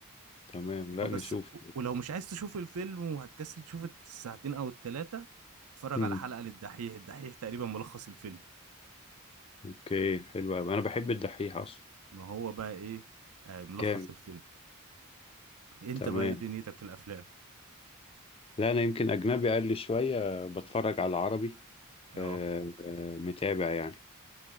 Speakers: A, on the left (about 25°); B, on the right (about 75°).
A: تمام لا
B: بس
A: نشوف
B: ولو مش عايز تشوف الفيلم وهتكسل تشوف الساعتين او الثلاثة اتفرج
A: مم.
B: على حلقة للدحيح الدحيح تقريبا ملخص الفيلم
A: اوكي حلو قوي انا بحب الدحيح اصلا
B: ان هو بقى ايه آه، ملخص
A: كام
B: الفيلم انت
A: تمام
B: بقى ايه دنيتك في الافلام
A: لا انا يمكن اجنبي اقل شويه بتفرج على عربي
B: اه
A: آه، آه، متابع يعني